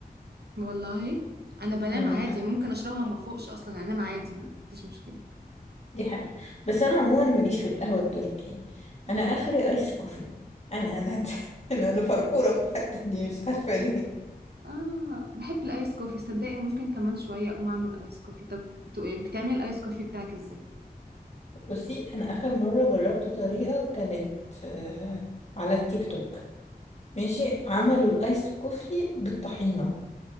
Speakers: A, on the right; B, on the left.
A: والله انا بنام
B: مم،
A: عادي ممكن اشربها ما فوقش اصلا انام عادي ما فيش مشكله
B: دي حقيقة بس انا عموما ماليش في القهوة التركي يعني.
A: مم.
B: انا اخري ايس كوفي انا انا <laughs> انا انا فرفورة في الحتة دي مش عارفة ليه
A: اه بحب الايس كوفي صدقي ممكن كمان شويه اقوم اعمل ايس كوفي طب تو- بتعملي الايس كوفي بتاعك ازاي
B: بصي انا اخر مرة جربت طريقة كانت آه، على التيك توك ماشي عملوا الايس كوفي بالطحينة